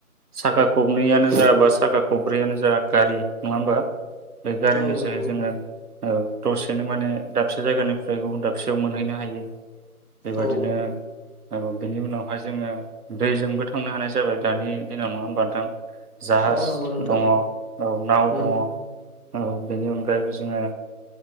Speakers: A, on the right; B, on the left.
A: साखा खबनैयानो जा बा साखा खब्रैयानो जा गारि नङा ओमबा बे गारिनि
B: औ
A: जे
B: नंगौ
A: जोङो औ दसेनो माने दाबसे जायगानिफ्राय गुबुन दाबसेयाव मोनहैनो हायो बेबादिनो
B: औ
A: औ बेनि उनावहाय जोङो दैजोंबो थांनो हानाय जाबाय दानि दिनाव नङा होमबा नोंथां जाहास
B: औ नंगौ नोंथां
A: दङ औ नाव
B: उम
A: दङ औ बेनि अनगायैबो जोङो